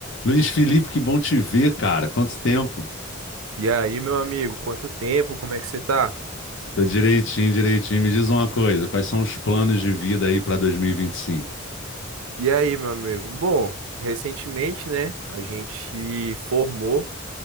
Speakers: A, on the left; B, on the right.
A: Luiz Felipe, que bom te ver, cara. Quanto tempo?
B: E aí, meu amigo, quanto tempo? Como é que você tá?
A: Tô direitinho, direitinho. Me diz uma coisa, quais são os planos de vida aí para 2025?
B: E aí, meu amigo? Bom, recentemente, né, a gente formou